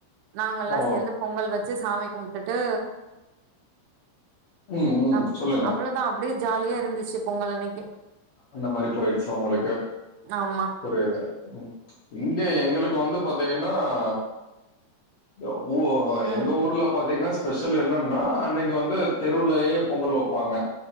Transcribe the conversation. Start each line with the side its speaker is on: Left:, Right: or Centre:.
Right: நாங்கலா
Left: ஓ!
Right: சேந்து பொங்கல் வெச்சு சாமி கும்ட்டுட்டு
Left: ம், ம்.
Right: ஆமா
Left: சொல்லுங்க.
Right: அவளதா அப்டியே ஜாலியா இருந்துச்சு பொங்கல் அன்னைக்கு
Left: அந்த மாரி போயிடுச்சு ஒங்களுக்கு
Right: ஆமா
Left: ஒரு இது இங்க எங்களுக்கு வந்து பாத்தீங்கனா ஆ த உ அ ஆ
Right: ம்
Left: எங்க ஊர்ல பாத்தீங்னா ஸ்பெஷல் என்னன்னா அன்னைக்கு வந்து தெருவுலயே பொங்கல் வெப்பாங்க